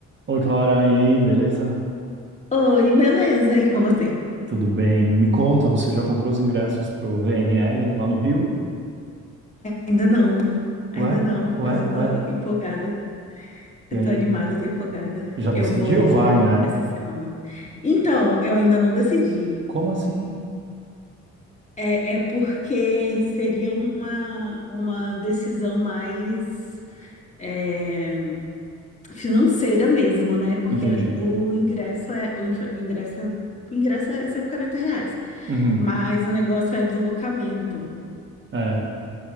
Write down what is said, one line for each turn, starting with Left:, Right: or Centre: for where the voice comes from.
Right: Oi, Clara, e aí, beleza?
Left: Oi, beleza? E com você?
Right: Tudo bem? Me conta, você já comprou os ingressos pro VNL lá no Rio?
Left: Ainda não, ainda
Right: Ué,
Left: não,
Right: ué,
Left: mas eu
Right: ué.
Left: tô empolgada. Eu
Right: E aí,
Left: tô animada, eu tô empolgada.
Right: já decidiu?
Left: Eu vou
Right: Vai, né?
Left: essa semana. Então, eu ainda não decidi.
Right: Como assim?
Left: É, é porque seria uma, uma decisão mais é, financeira mesmo, né? Porque
Right: Entendi.
Left: o ingresso é o, inf- o ingresso é o ingresso é 140 reais,
Right: Uhum.
Left: mas o negócio é deslocamento.
Right: É.